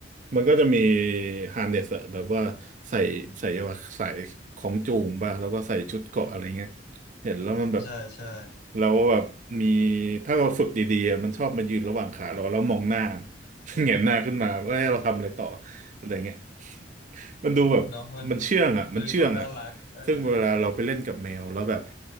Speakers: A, on the right; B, on the left.
A: มันก็จะมีฮาร์เนสอะแบบว่าใส่ใส่ว่าใส่ของจูงป่ะแล้วก็ใส่ชุดเกราะอะไรเงี้ยเห็นแล้วมันแบบ
B: ใช่ใช่
A: เราก็แบบมีถ้าเราฝึกดีๆอะมันชอบมายืนระหว่างขาเราแล้วมองหน้า <laughs> เหงนหน้าขึ้นมาว่าเอ้ยเราทำอะไรต่ออะไรเงี้ย <laughs> มันดูแบบมันเชื่องอ่ะมันเชื่องอ่ะ
B: เนาะมันมันมีความน่ารักเออ
A: ซึ่งเวลาเราไปเล่นกับแมวแล้วแบบ